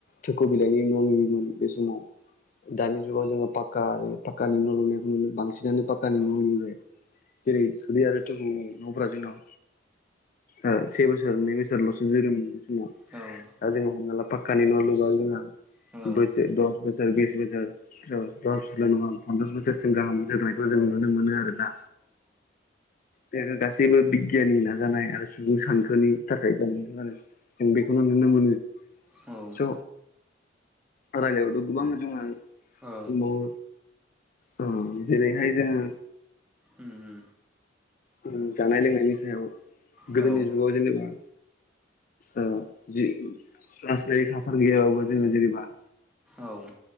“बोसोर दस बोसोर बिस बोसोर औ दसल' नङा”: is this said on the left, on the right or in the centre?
Left